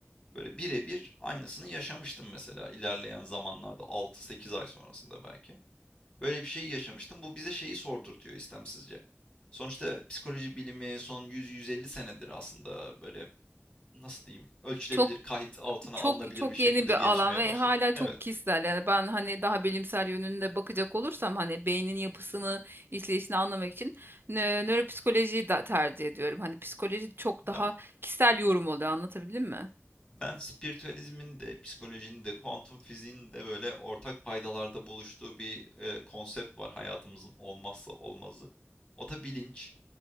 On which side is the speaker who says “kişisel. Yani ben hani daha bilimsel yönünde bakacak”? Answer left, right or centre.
Right